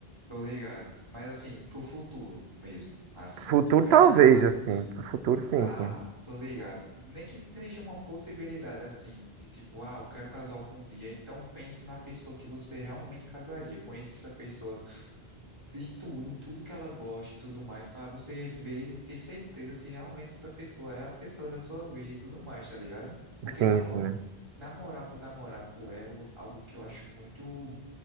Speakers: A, on the right; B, on the right.
A: Tô ligado. Mas, assim, pro futuro mesmo, assim,
B: Futuro
A: tu pensa
B: talvez,
A: em casar
B: assim.
A: no...
B: Pro Futuro sim,
A: Ah,
B: sim.
A: tô ligado. Nem que seja uma possibilidade, assim, de tipo, ah, eu quero casar algum dia, então pense na pessoa que você realmente casaria. Conheça essa pessoa de tudo, tudo que ela gosta e tudo mais, para você ver e ter certeza se realmente essa pessoa é a pessoa da sua vida e tudo mais, tá ligado? Porque
B: Sim,
A: namor
B: sim. né?
A: namorar por namorar, pô, é o- algo que eu acho muito,